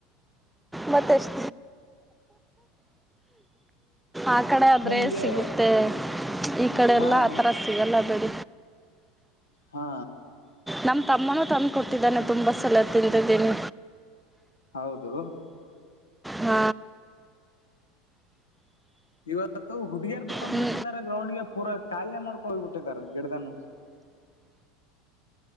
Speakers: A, in the centre; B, on the left.
A: ಮತ್ತೆಷ್ಟ ಆ ಕಡೆ ಆದ್ರೆ
B: ನಮ್ಗೆ
A: ಸಿಗುತ್ತೆ ಈ ಕಡೆೆಲ್ಲ
B: ಹಾ
A: ಆತರ
B: ನಮ
A: ಸಿಗಲ್ಲ ಬಿೇಡ
B: ಹಾ
A: ನಮ ತಮ್ಮನೂ ತಂದ್ ಕೊಟ್ಟಿದ್ದಾನೆ ತುಂಬಾ ಸಲ ತಿಂತಿದ್ದೀನಿ
B: ಹೌದು
A: ಹ್ಮ
B: ಇವತ್ತು ಹುಡ್ಗಿಯರ್ ಬಂದ್
A: ಹ್ಞೂ
B: ಬಿಿಟ್ಟದಾರ ಗ್ರೌಂಡ್ ಗೆ ಪೂರಾ ಕಾಲನೆ ಮಾಡ್ಕೊಗಬಿಟ್ಟಿದಾರ ಗಿಡ್ದನು